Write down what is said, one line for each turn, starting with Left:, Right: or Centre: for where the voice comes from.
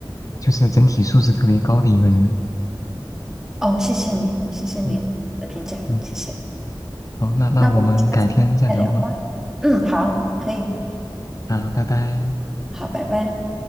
Left: 就是整体素质特别高的一个人。
Centre: 哦，谢谢你，谢谢你的评价，
Left: 嗯嗯，
Centre: 谢谢。
Left: 好，那那我们改天再聊吗？
Centre: 那我们下次再聊吧。嗯，好，可以，
Left: 啊，拜拜。
Centre: 好，拜拜。